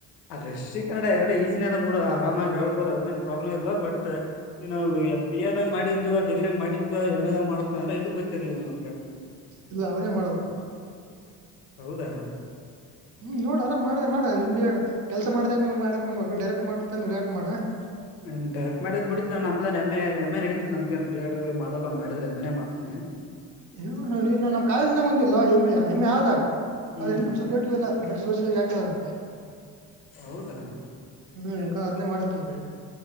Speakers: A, on the left (about 85°); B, on the right (about 45°).
A: ಅದ್ರೆ ಶ್ರೀ ಕನ್ನಡ ಎರಡುನು ಈಜಿನೆ ಇದೆ ಬಿಡು, ಆರಾಮಾಗಿ ಹೇಳ್ಬೋದ ಅದನೆ ಪ್ರಾಬ್ಲಮ್ ಇಲ್ಲ ಬಟ್, <unintelligible> ಎಫ್ ಬಿ ಎ ದಾಗ ಮಾಡಿದ್ವ ಡಿಗ್ರಿ ಮಾಡಿದ್ವ ಎಮ್ ಎ ದಾಗ ಮಾಡ ಅಂದ್ರೆ ಇದಕ್ ಗೊತ್ತಿರ್ಲಿಲ್ಲ ನನ್ಗ.
B: ಇಲ್ಲ ಅವನೇ ಮಾಡ್ಬೇಕು.
A: ಹೌದಾ
B: ಹ್ಮ್ ನೋಡರ. ಮಾಡದ ಮಾಡ ನಿಮ್ ದೇನು ಕೆಲಸ ಮಾಡ್ದಂಗೆ ಮಾಡಕ್ ಡೈರೆಕ್ಟ್ ಮಾಡತ ಡರೆಕ್ಟ್ ಮಾಡ.
A: <unintelligible> ಬಿಡ ನಮ್ದ ಎಮ್ ಎ ಎಮ್ ಎ ನಡೀತತ್ ನಮ್ಗೇನ್ ಬಿ ಎಡ್ ಮಾಡಲ್ಲ, ಮಾಡಿದ್ರೆ ಎಮ್ ಎ <unintelligible> ನೆ ಮಾಡ್ತೀನಿ.
B: ಇ ನ ನಮ್ ಕಾಲೇಜ್ನಾಗ ಒಂದಿಲ್ಲ ಹೆಮ್ಮೆ ಹೆಮ್ಮೆ ಆದ.
A: ಹ್ಮ್
B: ಅದ್ರಲ್ಲಿ ನಮ್ ಸಬ್ಜೆಕ್ಟ ಇಲ್ಲ ಬರ ಸೋಸಿಲಾಲಾಜಿ ಅಟೆ ಆದಂತೆ.
A: ಹೌದಾ.
B: ಹ್ಮ್ ಎಕ ಅದನ್ನೇ ಮಾಡಕ್ಕೆ ಹೇಳ್ದೆ ರಿ.